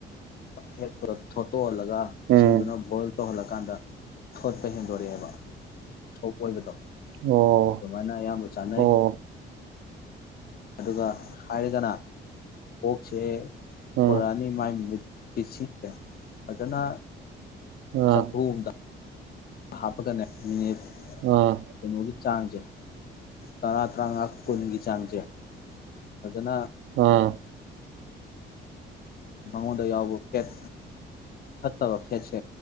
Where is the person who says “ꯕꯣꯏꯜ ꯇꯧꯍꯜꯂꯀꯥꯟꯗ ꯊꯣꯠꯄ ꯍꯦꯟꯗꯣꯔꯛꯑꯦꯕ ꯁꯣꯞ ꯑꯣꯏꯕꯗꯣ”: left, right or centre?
Left